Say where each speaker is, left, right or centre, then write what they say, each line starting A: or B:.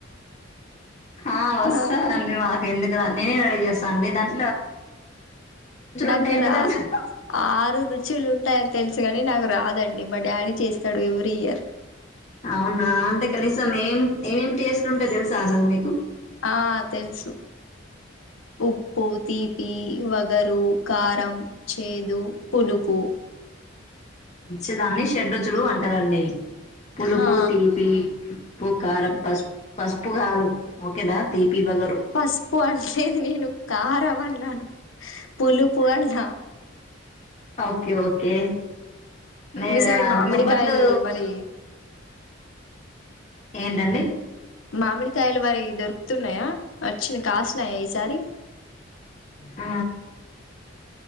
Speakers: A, on the left (about 35°); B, on the left (about 85°).
A: హా వస్తాది
B: ఆ
A: అండి మాకు ఎందుకు రా నినే రేడీ చేస్తానండి దానికి
B: నాకు
A: ఉంటాయంటే
B: రా
A: దాంట్లో
B: ఆరు రుచులు ఉంటాయని తెలుసు కాని నాకు రా దండి మా డాడీ చేస్తాడు ఎవ్రీ ఇయర్
A: అవునా అంటే కనీసం ఏం ఏమేం టేస్ట్ ఉంటాయి తెలుసు తాసం మీకు
B: ఆ తెలుసు ఉప్పు తీపి వగరు కారం చేదు పులుపు
A: ఊ దాన్ని షడ్రురుచులు అంటారు అండి పులుపు
B: హా
A: తీపి ప్పు కారం పసుపు పసుపు కాదు ఒకేనా తీపి వగరు
B: పసుపు అనలేదు నేను కారం అం న్నాను పులుపు అన్న
A: ఓకే ఓకే మీ
B: సైడ్ మామిడికాయలు
A: బొబ్బట్లు
B: మరి
A: ఏంటండి
B: మామిడికాయలు మరి దొరుకుతున్నాయా వచ్చి కాసినయా ఈసారి
A: ఆ